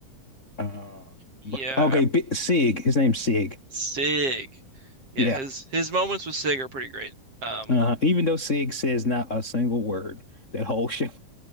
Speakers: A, on the left; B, on the right.
A: Uh,
B: Yeah,
A: okay,
B: I'm
A: B Sig. His name's Sig.
B: Sig. Yeah,
A: Yeah.
B: his his moments with Sig are pretty great. Um,
A: Uh, even though Sig says not a single word, that whole show